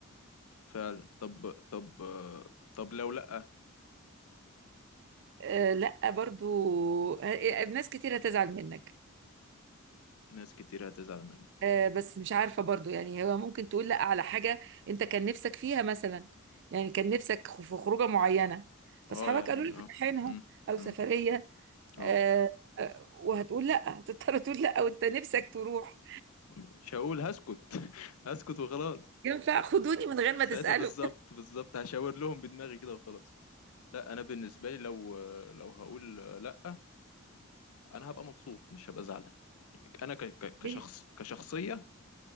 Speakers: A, on the left; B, on the right.
A: فعلا طب طب آه، طب لو لأ
B: آه لا برضو آه، آه، ناس كتير هتزعل منك
A: ناس كتير هتزعل منك
B: آه بس مش عارفة برضو يعني هو ممكن تقول لا على حاجة انت كان نفسك فيها مثلا يعني كان نفسك خ- في خروجة معينة فاصحابك
A: اه يعني
B: قالوا لك
A: اه
B: رايحينها
A: مم.
B: او
A: مم.
B: سفرية
A: اه
B: آه آه، وهتقول لا هتضطر تقول لا وانت نفسك تروح
A: مش هقول هسكت <laughs> هسكت وخلاص
B: ينفع
A: س-
B: خدوني
A: س-
B: من
A: س-
B: غير ما
A: ساعتها
B: تسألوا
A: بالظبط بالظبط هشاور لهم بدماغي كده وخلاص لا انا بالنسبه لي لو لو هقول لا انا هبقى مبسوط مش هبقى زعلان انا ك- ك- كشخص
B: <laughs> ليه؟
A: كشخصيه